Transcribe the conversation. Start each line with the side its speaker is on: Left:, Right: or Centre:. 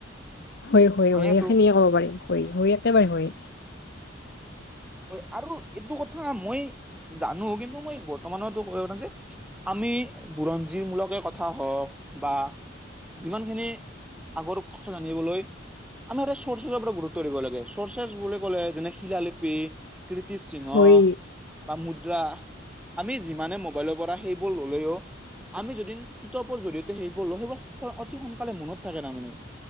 Left: হয়, হয়,
Centre: হয়তো
Left: হয় সেইখিনিয়ে ক'ব পাৰিম হয়, হয় একেবাৰে হয়।
Centre: হয় আৰু এইটো কথা মই জানো কিন্তু মই বৰ্তমানো কথা যে আমি বুৰঞ্জী মূলকে কথা হওঁক বা যিমান খিনি আগৰ কথা জানিবলৈ আমি চৰ্ চচাৰ পৰা গুৰুত্ব লাগে চৰ্চেছ বুলি ক'লে যেনে শিলালিপি, কীৰ্তি সিংহ
Left: হয়
Centre: বা মুদ্ৰা আমি যিমানে মোবাইলৰ পৰা সেইবোৰ ললেও আমি যদি কিতাপৰ জৰিয়তে সেইবোৰ লওঁ সেইবোৰ অতি সোনকালে মনত থাকে তাৰমানে।